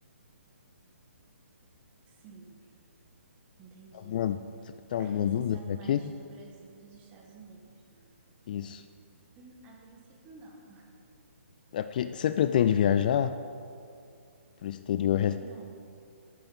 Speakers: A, on the right; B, on the left.
A: Sim, entendi.
B: Alguma, você tem
A: Aí
B: alguma
A: você
B: dúvida
A: sabe
B: até
A: mais
B: aqui?
A: do Brasil e dos Estados Unidos, né?
B: Isso.
A: Hum, A princípio, não.
B: É porque você pretende viajar para o exterior? res-
A: Então,